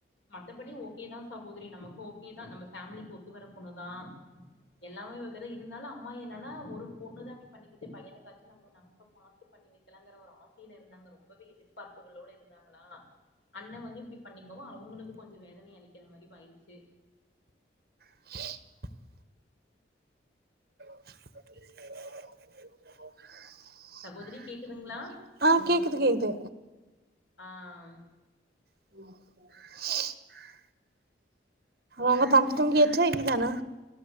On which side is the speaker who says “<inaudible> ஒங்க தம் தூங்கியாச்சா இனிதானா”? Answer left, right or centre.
Right